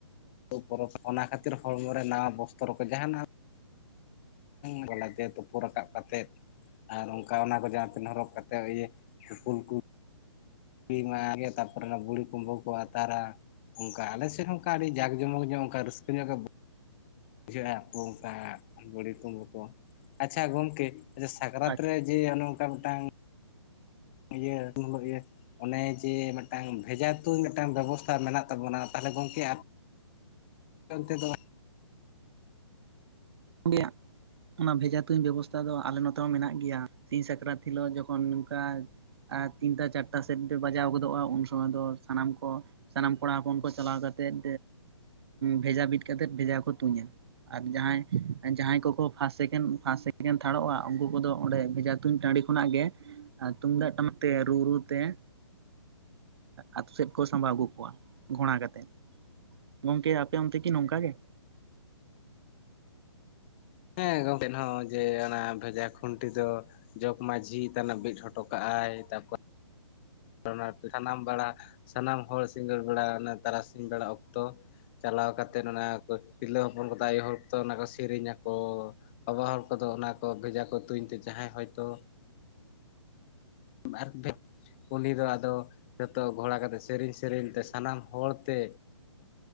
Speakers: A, on the left; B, on the right.
A: ᱯᱚᱨᱚᱵᱽ ᱚᱱᱟ ᱠᱷᱟᱹᱛᱤᱨ ᱦᱚᱲᱢᱚ ᱨᱮ ᱱᱟᱣᱟ ᱵᱚᱥᱛᱚᱨ ᱠᱚ ᱡᱟᱦᱟᱱᱟᱜ <inaudible> ᱵᱚᱞᱮᱛᱮ ᱛᱩᱯᱩ ᱨᱟᱠᱟᱵ ᱠᱟᱛᱮᱫ ᱟᱨ ᱚᱱᱠᱟ ᱚᱱᱟ ᱠᱚ ᱡᱟᱦᱟᱸ ᱛᱤᱱ ᱦᱚᱨᱚᱜ ᱠᱟᱛᱮᱫ ᱤᱭᱟᱹ <unintelligible> ᱠᱚ ᱯᱮ ᱢᱟᱦᱟᱸ ᱜᱮ ᱛᱟᱨᱯᱚᱨ ᱵᱩᱲᱤ ᱠᱚᱢᱵᱟᱹ ᱠᱚ ᱟᱛᱟᱨ ᱚᱱᱠᱟ ᱟᱞᱮᱥᱮᱫ ᱦᱚᱸ ᱚᱱᱠᱟᱹ ᱟᱰᱤ ᱡᱟᱠ ᱡᱚᱢᱚᱠ ᱧᱚᱜ ᱚᱱᱠᱟ ᱨᱟᱹᱥᱠᱟᱹ ᱧᱚᱜ ᱜᱮ <unintelligible> ᱠᱚ ᱢᱮᱛᱟ ᱵᱩᱲᱦᱤ ᱠᱩᱢᱵᱟ ᱠᱚ ᱟᱪᱪᱷᱟ ᱜᱚᱢᱠᱮ ᱡᱮ ᱥᱟᱠᱨᱟᱛ
B: ᱟᱨ
A: ᱨᱮ ᱡᱮ ᱚᱱᱮ ᱚᱱᱠᱟ ᱢᱤᱫᱴᱟᱝ, ᱤᱭᱟᱹ ᱚᱱᱟ ᱫᱚ ᱤᱭᱟᱹ ᱚᱱᱮ ᱡᱮ ᱢᱤᱫᱴᱟᱝ ᱵᱷᱮᱡᱟ ᱛᱩ ᱢᱤᱫᱴᱟᱝ ᱵᱮᱵᱚᱥᱛᱷᱟ ᱢᱮᱱᱟᱜ ᱛᱟᱵᱚᱱᱟ ᱛᱟᱦᱚᱞᱮ ᱜᱚᱝᱠᱮ ᱚᱱᱛᱮ ᱫᱚ
B: ᱜᱮᱭᱟ ᱚᱱᱟ ᱵᱷᱮᱡᱟ ᱛᱩᱧ ᱵᱮᱵᱚᱥᱛᱷᱟ ᱫᱚ ᱟᱞᱮ ᱱᱚᱛᱮ ᱦᱚᱸ ᱢᱮᱱᱟᱜ ᱜᱮᱭᱟ ᱥᱤᱧ ᱥᱟᱠᱨᱟᱛ ᱦᱤᱞᱳᱜ ᱡᱚᱠᱷᱚᱱ ᱱᱚᱝᱠᱟ ᱟᱨ ᱛᱤᱱᱴᱟ ᱪᱟᱨᱴᱟ ᱥᱮᱫ, ᱵᱟᱡᱟᱣ ᱜᱚᱫᱚᱜᱼᱟ ᱩᱱ ᱥᱚᱢᱚᱭ ᱫᱚ ᱥᱟᱱᱟᱢ ᱠᱚ ᱥᱟᱱᱟᱢ ᱠᱚᱲᱟ ᱦᱚᱯᱚᱱ ᱠᱚ ᱪᱟᱞᱟᱣ ᱠᱟᱛᱮᱫ ᱵᱷᱮᱡᱟ ᱵᱤᱫ ᱠᱟᱛᱮᱜ ᱵᱷᱮᱡᱟ ᱠᱚ ᱛᱩᱧᱟ ᱟᱨ ᱡᱟᱦᱟᱸᱭ ᱡᱟᱦᱟᱭ ᱠᱚᱠᱚ ᱯᱷᱟᱥ ᱥᱮᱠᱮᱱ ᱲᱯᱷᱟᱥ ᱥᱮᱠᱮᱱ ᱛᱷᱟᱲᱚᱜᱼᱟ ᱩᱱᱠᱩ ᱠᱚᱫᱚ ᱚᱸᱰᱮ ᱵᱷᱮᱡᱟ ᱛᱩᱧ ᱴᱟᱺᱰᱤ ᱠᱷᱚᱱᱟᱜ ᱜᱮ ᱟᱨ ᱛᱩᱢᱫᱟᱜ ᱴᱟᱢᱟᱠ ᱛᱮ ᱨᱩ ᱨᱩ ᱛᱮ ᱟᱛᱳ ᱥᱮᱫ ᱠᱚ ᱥᱟᱢᱵᱟᱣ ᱟᱹᱜᱩ ᱠᱚᱣᱟ ᱜᱷᱚᱲᱟ ᱠᱟᱛᱮ, ᱜᱚᱝᱠᱮ ᱟᱯᱮ ᱚᱱᱛᱮ ᱠᱤ ᱱᱚᱝᱠᱟ ᱜᱮ?
A: ᱦᱮᱸ ᱜᱚᱝᱠᱮ ᱦᱚᱸ ᱡᱮ ᱚᱱᱟ ᱵᱷᱮᱡᱟ ᱠᱷᱩᱱᱴᱤ ᱫᱚ ᱡᱚᱜᱽ ᱢᱟᱹᱡᱷᱤ ᱛᱟᱱᱟ ᱵᱮᱫ ᱦᱚᱴᱚ ᱠᱟᱜᱼ ᱟᱭ ᱛᱟᱨᱯᱚᱨ <unintelligible> ᱥᱟᱱᱟᱢ ᱵᱟᱲᱟ ᱥᱟᱱᱟᱢ ᱦᱚᱲ ᱥᱤᱸᱜᱟᱹᱲ ᱵᱮᱲᱟ ᱚᱱᱟ ᱛᱟᱨᱟᱥᱤᱧ ᱵᱮᱲᱟ ᱚᱠᱛᱚ ᱪᱟᱞᱟᱣ ᱠᱟᱛᱮᱫ ᱚᱱᱟ ᱠᱚ ᱛᱤᱨᱞᱟᱹ ᱦᱚᱯᱚᱱ ᱠᱚᱫᱚ ᱟᱭᱳ ᱦᱚᱲ ᱠᱚᱫᱚ ᱚᱱᱟ ᱠᱚ ᱥᱮᱨᱮᱧᱟᱜ ᱠᱚ ᱵᱟᱵᱟ ᱦᱚᱲ ᱠᱚᱫᱚ ᱚᱱᱟ ᱠᱚ ᱵᱷᱮᱡᱟ ᱠᱚ ᱛᱩᱧ ᱛᱮ ᱡᱟᱦᱟᱸᱭ ᱦᱚᱭᱛᱳ, <unintelligible> ᱩᱱᱤ ᱫᱚ ᱟᱫᱚ ᱡᱚᱛᱚ ᱜᱷᱚᱲᱟ ᱠᱟᱛᱮ ᱥᱮᱨᱮᱧ ᱥᱮᱨᱮᱧ ᱛᱮ ᱥᱟᱱᱟᱢ ᱦᱚᱲ ᱛᱮ